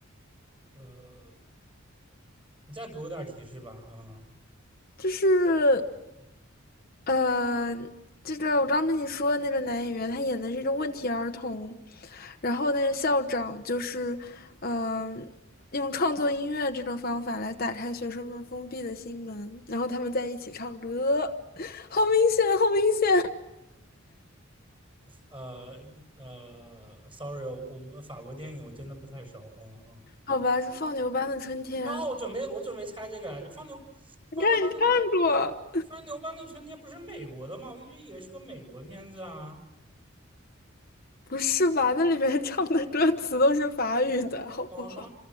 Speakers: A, on the right (about 25°); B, on the left (about 45°).
A: 呃，你再给我点提示吧啊，
B: 就是。呃，这个我刚跟你说的那个男演员，他演的是一个问题儿童，然后那个校长就是，呃，用创作音乐这种方法来打开学生们封闭的心门，然后他们在一起唱歌，<laughs> 好明显，好明显，
A: 呃呃，sorry，我我法国电影我真的不太熟，嗯嗯。
B: 好吧，是放牛班的春天，
A: 然后我准备我准备猜这个来着，放牛放牛班的
B: 你看你看过？
A: 三牛班的春天不是美国的吗？我一直以为是个美国片子啊。
B: 不是吧？那里面唱的歌词都是法语的，好不好？
A: 哦，那